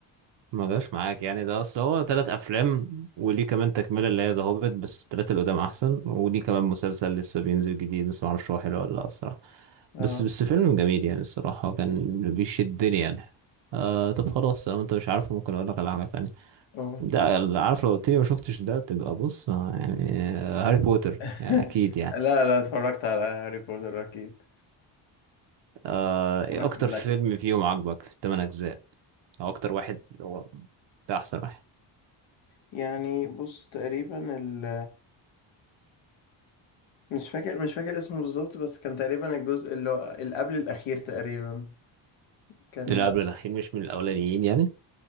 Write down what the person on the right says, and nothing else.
ما جاش معاك يعني ده اصل هو تلات افلام وليه كمان تكمله اللي هي ذا هوبيت بس التلاتة اللي قدام احسن وليه كمان مسلسل لسه بينزل جديد بس معرفش هو حلو ولا لا الصراحه
بس بس فيلم جميل يعني الصراحه كان بيشدني يعني آه طب خلاص لو انت مش عارفه ممكن اقول لك على حاجه تانية
ده اللي عارف لو قلت لي ما شفتش ده تبقى بص آه، يعني آه، هاري بوتر
يعني اكيد يعني
آه ايه
اكتر
فيلم فيهم عجبك في الثمان اجزاء او اكتر واحد اللي هو ده احسن واحد
اللي قبل الاخير مش من الاولانيين يعني